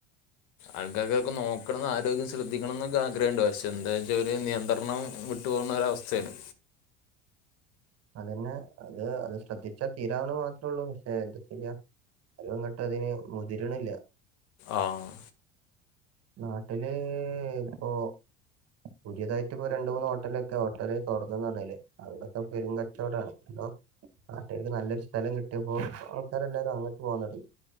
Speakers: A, on the left; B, on the right.
A: ആൾക്കാർകൊക്ക നോക്ക്ണം ആരോഗ്യം ശ്രദ്ധിക്കണം ന്നൊക്കെ ആഗ്രഹണ്ട് പക്ഷെ എന്താച്ചാല് നിയന്ത്രണം ഇട്ട് പോവ്ന്ന ഒര അവസ്ഥേണ്
B: അതന്നെ അത് അത് ശ്രദ്ധിച്ച തീരാവ്ന്ന മാത്രെ ഉള്ളു പക്ഷെ എന്ത ചെയ്യ ആരും അങ്ങട്ട് അതിന് മുതിര്ണില്ല
A: ആഹ്
B: നാട്ടില് ഇപ്പോ പുതിയതായിട്ട് ഇപ്പൊ രണ്ട് മൂന്ന് ഹോട്ടലൊക്ക ഹോട്ടല് തൊറന്നെന്ന് പറഞ്ഞിലെ അവിടൊക്ക പെരും ങ്കച്ചോടാണ് ഇതൊ നാട്ടേർക്ക് നല്ലൊരു സ്ഥലം കിട്ടീപ്പൊ ആൾക്കാരെല്ലാരും അങ്ങ്ട്ട് പോവാൻ തൊടങ്ങി